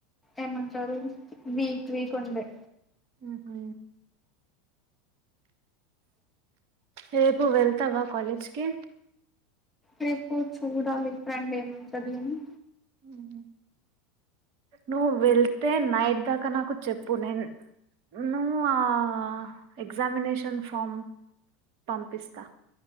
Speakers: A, in the centre; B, on the right.
A: ఏమంటరు వీక్ వీక్ ఉండే
B: ఆహా రేపు వెళ్తవా కాలేజ్కి?
A: రేపు చూడాలి ఫ్రెండ్ ఏమంటది అని.
B: హుహ్ నువ్వు వెళ్తే నైట్ దాకా నాకు చెప్పు నేన్ నువ్వు ఆ ఎగ్జామినేషన్ ఫామ్ పంపిస్తా